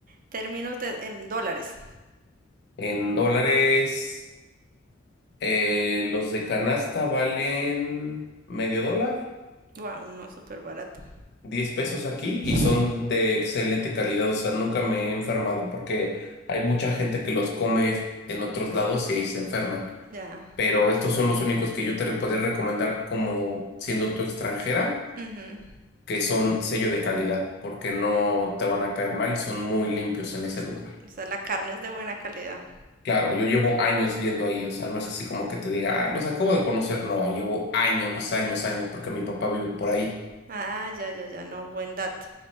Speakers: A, on the right; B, on the left.
A: términos de, en dólares?
B: En dólares, eh, los de canasta valen medio dólar.
A: Wow, no, súper barato.
B: diez pesos aquí
A: <laughs>
B: y son de excelente calidad, o sea, nunca me he enfermado porque hay mucha gente que los come en otros lados y ahí se enferman.
A: Ya.
B: Pero estos son los únicos que yo te podría recomendar como siendo tu extranjera,
A: ujú.
B: que son sello de calidad, porque no te van a caer mal y son muy limpios en ese
A: s-
B: lugar.
A: O sea, la carne es de buena calidad.
B: Claro, yo llevo años yendo ahí, o sea, no es así como que te diga, "Ay, los acabo de conocer, no, llevo años, años, años, porque mi papá vive por ahí.
A: Ah, ya, ya, ya, no, buen dato.